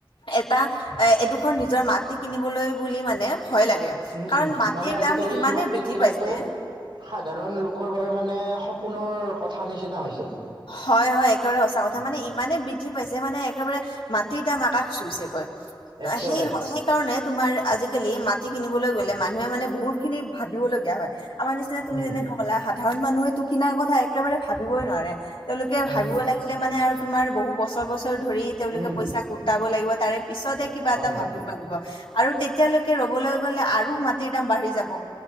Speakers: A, on the left (about 85°); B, on the right (about 70°).
A: এটা এ এডোখৰ নিজৰ মাটি কিনিবলৈ বুলি মানে। ভয় লাগে।
B: উম-
A: কাৰণ
B: উম
A: মাটিৰ
B: মানে আজিকালি
A: দাম ইমানেই
B: মাটি
A: বৃদ্ধি
B: কিনাটো
A: পাইছে
B: সাধাৰণ লোকৰ বাবে মানে সপোনৰ কথা নিচিনা হৈছে।
A: হয় হয় একেবাৰে সঁচা কথা
B: উম
A: মানে ইমানে বৃদ্ধি পাইছে মানে একেবাৰে মাটিৰ দাম আকাশ চুইছে গই,
B: একেবাৰে
A: সেই সেই কাৰণে তোমাৰ আজিকালি মাটি কিনিবলৈ গ'লে মানুহে মানে বহুত খিনি ভাবিবলগীয়া হয়। আমাৰ নিচিনা তুমি
B: উম
A: যেনেকে ক'লা সাধাৰণ মানুহে তো কিনাৰ কথা একেবাৰে ভাবিবই নোৱাৰে। তেওঁলোকে
B: উম
A: ভাবিব
B: উম
A: লাগিলে মানে আৰু তোমাৰ বহু বছৰ বছৰ ধৰি তেওঁলোকে
B: উম
A: পইচা গোটাব লাগিব তাৰে পিছতে কিবা
B: হয়
A: এটা
B: হয়
A: ভাবিও পাৰিব আৰু তেতিয়ালৈকে ৰবলৈ গলে আৰু মাটিৰ দাম বাঢ়ি যাব।